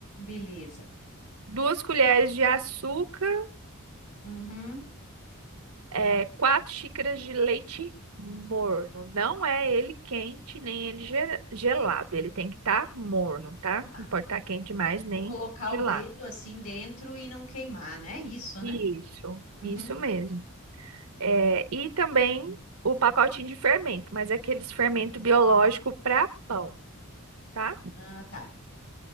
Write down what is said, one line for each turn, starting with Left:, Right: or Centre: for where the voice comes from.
Left: Beleza.
Right: Duas colheres de açúcar,
Left: Uhum.
Right: é, quatro xícaras de leite morno. Não é ele quente, nem ele ge- gelado. Ele tem que estar morno, tá?
Left: Tá.
Right: Não pode estar quente demais, nem
Left: Vou colocar
Right: gelado.
Left: o dedo assim dentro e não queimar, né? Isso,
Right: Isso,
Left: né? Uhum.
Right: isso mesmo. É, e também o pacotinho de fermento, mas é aqueles fermento biológico para pão, tá?
Left: Ah, tá.